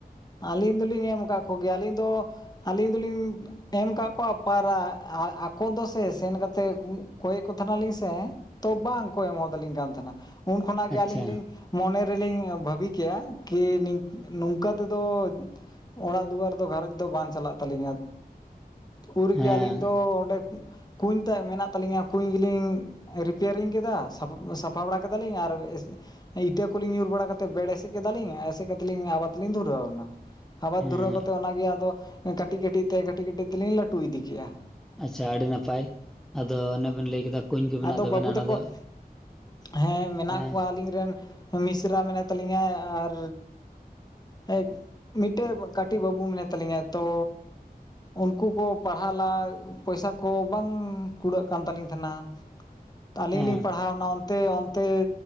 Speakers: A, on the left; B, in the centre.
A: ᱟᱹᱞᱤᱧ ᱫᱚᱞᱤᱧ ᱮᱢ ᱟᱠᱟᱫ ᱠᱚᱜᱮᱭᱟ ᱟᱹᱞᱤᱧ ᱫᱚ ᱟᱹᱞᱤᱧ ᱫᱚᱞᱤᱧ, ᱮᱢ ᱠᱟᱫ ᱠᱚᱣᱟ ᱯᱟᱨ ᱟᱠᱚ ᱫᱚᱥᱮ ᱥᱮᱱ ᱠᱟᱛᱮᱫ ᱠᱚᱭᱮᱫ ᱠᱚ ᱛᱟᱦᱮᱛ ᱞᱤᱧ ᱥᱮ, ᱛᱚ ᱵᱟᱝᱠᱚ ᱮᱢ ᱦᱚᱛ ᱟᱞᱤᱧ ᱠᱟᱱ ᱛᱟᱦᱮᱸᱱᱟ ᱩᱱ ᱠᱷᱚᱱᱟᱜ ᱜᱮ
B: ᱟᱪᱪᱷᱟ
A: ᱟᱹᱞᱤᱧ ᱞᱤᱧ ᱢᱚᱱᱮ ᱨᱮᱞᱤᱧ ᱵᱷᱟᱹᱵᱤ ᱠᱮᱼᱟ ᱠᱤ ᱱᱚᱝᱠᱟ, ᱛᱮᱫᱚ ᱚᱲᱟᱜ ᱫᱩᱣᱟᱹᱨ ᱫᱚ ᱜᱷᱟᱨᱚᱸᱡᱽ ᱫᱚ ᱵᱟᱝ ᱪᱟᱞᱟᱜ ᱛᱟᱹᱞᱤᱧᱟ, ᱩᱨᱜᱮ
B: ᱦᱮᱸ
A: ᱟᱹᱞᱤᱧ ᱫᱚ ᱚᱸᱰᱮ ᱠᱩᱧ ᱛᱟᱭ ᱢᱮᱱᱟᱜ ᱛᱟᱹᱞᱤᱧᱟ ᱠᱩᱧ ᱜᱮᱞᱤᱧ, ᱨᱤᱯᱮᱭᱟᱨᱤᱝ ᱠᱮᱫᱟ ᱥᱟᱯᱷᱟ ᱵᱟᱲᱟ ᱠᱮᱫᱟᱞᱤᱧ ᱟᱨ ᱮᱥ- ᱤᱛᱟᱹ ᱠᱚᱞᱤᱧ ᱧᱩᱨ ᱵᱟᱲᱟ ᱠᱟᱛᱮᱫ ᱵᱮᱲ ᱮᱥᱮᱫ ᱠᱮᱫᱟ ᱟᱞᱤᱧ ᱮᱥᱮᱫ ᱠᱟᱛᱮ ᱞᱤᱧ ᱟᱵᱟᱫ ᱞᱤᱧ ᱫᱷᱩᱨᱟᱹᱣ ᱮᱱᱟ ᱟᱵᱟᱫᱽ
B: ᱦᱮᱸ
A: ᱫᱷᱩᱨᱟᱹᱣ ᱠᱟᱛᱮ ᱚᱱᱟᱜᱮ ᱟᱫᱚ ᱠᱟᱹᱴᱤᱡ ᱠᱟᱹᱴᱤᱡ ᱛᱮ ᱠᱟᱹᱴᱤᱡ ᱠᱟᱹᱴᱤᱡ ᱛᱮᱞᱤᱧ ᱞᱟᱹᱴᱩ ᱤᱫᱤ ᱠᱮᱫᱮᱜᱼᱟ,
B: ᱟᱪᱪᱷᱟ ᱟᱹᱰᱤ ᱱᱟᱯᱟᱭ ᱟᱫᱚ ᱚᱱᱮ ᱵᱮᱱ ᱞᱟᱹᱭ ᱠᱮᱫᱟ ᱠᱩᱧ ᱠᱚ ᱢᱮᱱᱟᱜ
A: ᱟᱫᱚ
B: ᱛᱟᱵᱮᱱᱟ
A: ᱵᱟᱹᱵᱩ ᱛᱟᱠᱚ
B: ᱚᱱᱟ ᱫᱚ,
A: ᱦᱮᱸ ᱢᱮᱱᱟᱜ
B: ᱦᱮᱸ
A: ᱠᱚᱣᱟ ᱟᱹᱞᱤᱧ ᱨᱮᱱ ᱢᱤᱥᱨᱟ ᱢᱮᱱᱟᱭ ᱛᱟᱞᱤᱧᱟ ᱟᱨ, ᱦᱮᱸ ᱢᱤᱫᱴᱮᱜ ᱠᱟᱹᱴᱤᱡ ᱵᱟᱹᱵᱩ ᱢᱮᱱᱟᱭ ᱛᱟᱞᱤᱧᱟ ᱛᱚ, ᱩᱱᱠᱩ ᱠᱚ ᱯᱟᱲᱦᱟᱣ ᱞᱟ ᱯᱚᱭᱥᱟ ᱠᱚ ᱵᱟᱝ ᱠᱩᱲᱟᱹᱜ ᱠᱟᱱ ᱛᱟᱹᱟᱞᱤᱧ ᱛᱟᱦᱮᱸᱱᱟ ᱛᱚ ᱟᱹᱞᱤᱧ
B: ᱦᱮᱸ
A: ᱞᱤᱧ ᱯᱟᱲᱦᱟᱣᱱᱟ ᱚᱱᱛᱮ ᱚᱱᱛᱮ,